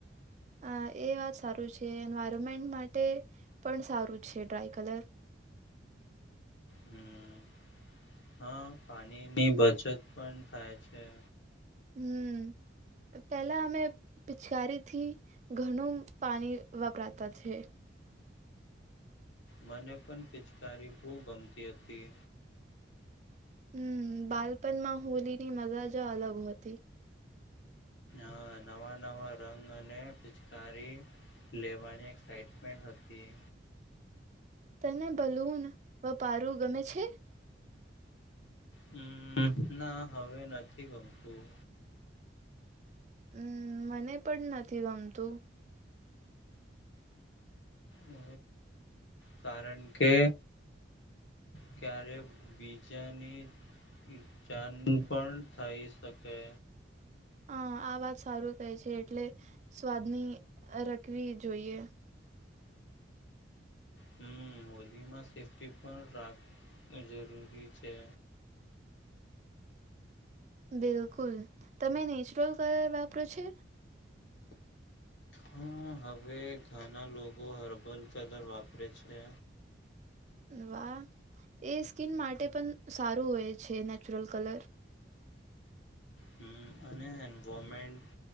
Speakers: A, on the right; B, on the left.
A: હા એ વાત સારું છે એન્વાયરમેન્ટ માટે પણ સારું છે ડ્રાય કલર
B: હમ હા પાણીની બચત પણ થાય છે.
A: હમ. પેલા અમે પિચકારીથી ઘણું પાણી વપરાતા છે.
B: મને પણ પિચકારી બહુ ગમતી હતી.
A: હમ બાલપણમાં હોલી ની મજા જ અલગ હોતી.
B: અ નવા નવા રંગ અને પિચકારી લેવાની એકક્સાઈટમેન્ટન્ટ હતી.
A: તને બલૂન વ પારું ગમે છે.
B: હમ ના હવે નથી ગમતું.
A: હમ મને પણ નથી ગમતું.
B: હો કારણ કે ક્યારે બીજાની કિચન પણ થઇ શકે.
A: હ આ વાત સારું કહે છે એટલે સ્વાદની રખવી જોઈએ.
B: હમ હોલીમાં સેફ્ટી પણ રાખું જરૂરી છે.
A: બિલકુલ તમે નેચુરલ કલર વાપરો છે.
B: હા હવે ઘણા લોકો હર્બલ કલર વાપરે છે.
A: વાહ એ ઈસ્કીન માટે પણ સારું હોય છે નેચુરલ કલર
B: હમ અને એન્વારમેન્ટ